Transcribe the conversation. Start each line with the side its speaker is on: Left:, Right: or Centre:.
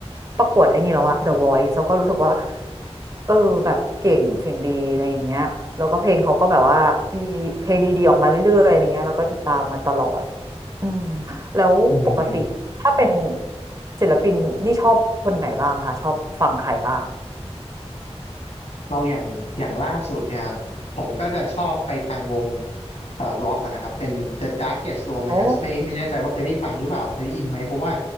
Right: ประกวดไอ้นี่แล้วอะ The Voice แล้วก็รู้สึกว่าเออแบบเก่งเสียงดีอะไรอย่างเงี้ยแล้วก็เพลงเขาก็แบบว่ามีเพลงดีๆออกมาเรื่อยๆอะไรเงี้ยเราก็ติดตามมาตลอดอืมแล้วปกติถ้าเป็น
Left: อืม
Right: ศิลปินนี่ชอบคนไหนบ้างคะชอบฟังใครบ้าง
Left: เราอย่างอย่างล่าสุดเนี่ยครับผมก็จะชอบไปทางวงเอ่อร็อกนะครับเป็น The Darkest Romance
Right: โอ้
Left: ไม่ไม่แน่ใจว่าเคยได้ฟังหรือเปล่าเคยได้ยินไหมเพราะว่า